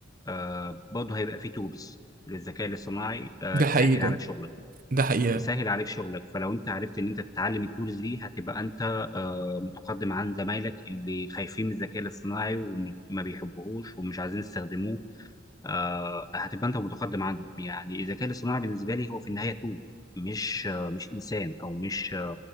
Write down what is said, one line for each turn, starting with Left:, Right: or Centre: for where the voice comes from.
Left: آه برضه هيبقى فيه تولز للذكاء الاصطناعي آه
Right: ده
Left: تسهل
Right: حقيقي ده
Left: عليك شغلك
Right: ده حقيقة
Left: تسهل عليك شغلك فلو انت عرفت ان انت تتعلم التولز دي هتبقى انت آه متقدم عن زمايلك اللي خايفين من الذكاء الاصطناعي وما بيحبوهوش ومش عايزين يستخدموه آه هتبقى انت متقدم عنهم يعني الذكاء الاصطناعي بالنسبه لي هو في النهايه تول مش آه، مش انسان او مش